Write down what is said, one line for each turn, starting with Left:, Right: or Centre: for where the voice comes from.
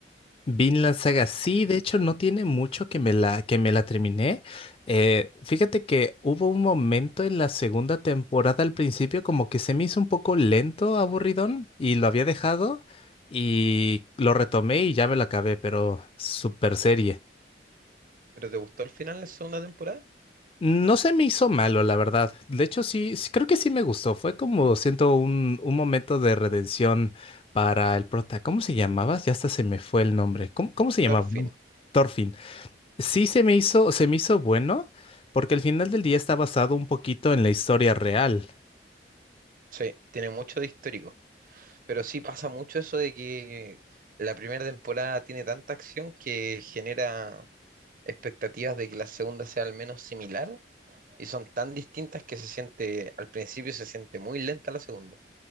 Left: Vinland Saga, sí, de hecho no tiene mucho que me la, que me la terminé. Eh, fíjate que hubo un momento en la segunda temporada al principio como que se me hizo un poco lento, aburridón, y lo había dejado y lo retomé y ya me la acabé, pero super serie.
Right: pero ¿te gustó el final de la segunda temporada?
Left: No se me hizo malo, la verdad. De hecho, sí, sí, creo que sí me gustó. Fue como, siento, un, un momento de redención para el prota. ¿Cómo se llamaba? Ya hasta se me fue el nombre. ¿Cómo, cómo se llamaba?
Right: Thorfinn,
Left: No me acuerdo. Thorfinn. Sí se me hizo, se me hizo bueno, porque al final del día está basado un poquito en la historia real.
Right: sí, tiene mucho de histórico. Pero sí pasa mucho eso de que la primera temporada tiene tanta acción que genera expectativas de que la segunda sea al menos similar y son tan distintas que se siente, al principio se siente muy lenta la segunda.